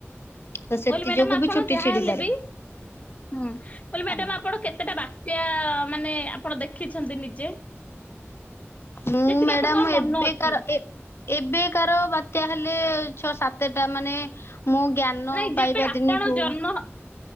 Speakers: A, on the left (about 60°); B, on the left (about 30°).
A: ତ ସେଥି
B: କହିଲି ମ୍ୟାଡାମ
A: ଯୋଗୁ
B: ଆପଣ
A: ବି ଚୁଟି
B: ଯାହା
A: ଛିଡି
B: ହେଲେ
A: ପାରେ
B: ବି ହୁଁ କହ ମ୍ୟାଡାମ
A: ଆଜ୍ଞା।
B: ଆପଣ କେତେଟା ବା ଏ ମାନେ ଆପଣ ଦେଖିଛନ୍ତି ନିଜେ
A: ମୁଁ
B: ଯେତିକି
A: ମ୍ୟାଡାାମ
B: ଆପଣଙ୍କର ମନ
A: ଏବେକାର
B: ଅଛି
A: ଏବେକାର ବାତ୍ୟା ହେଲି ଛଅ ସାତଟା ମାନେ ମୁଁ ଜ୍ଞାନ
B: ନାଇଁ ଯେବେ
A: ପାଇବା
B: ଆପଣ
A: ଦିନଠୁ
B: ଜନ୍ମ